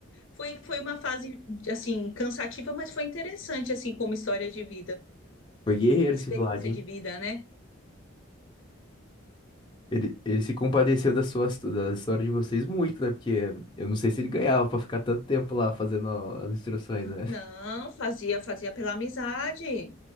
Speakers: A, on the left (about 70°); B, on the left (about 20°).
A: foi foi uma fase assim cansativa, mas foi interessante assim como história de vida,
B: Foi guerreiro
A: experiência
B: esse Vlad, hein?
A: de vida, né?
B: Ele, ele se compadeceu da sua, histó- da história de vocês muito, né? Porque eu não sei se ele ganhava pra ficar tanto tempo lá fazendo as instruções, né?
A: Não, fazia fazia pela amizade.